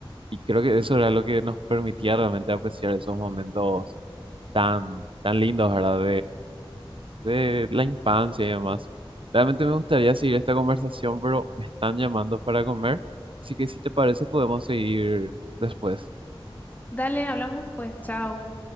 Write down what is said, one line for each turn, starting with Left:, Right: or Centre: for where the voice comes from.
Right: Y creo que eso era lo que nos permitía realmente apreciar esos momentos tan, tan lindos, ¿verdad? de la infancia y demás. Realmente me gustaría seguir esta conversación, pero me están llamando para comer, así que si te parece podemos seguir después.
Left: Dale, hablamos después, chao.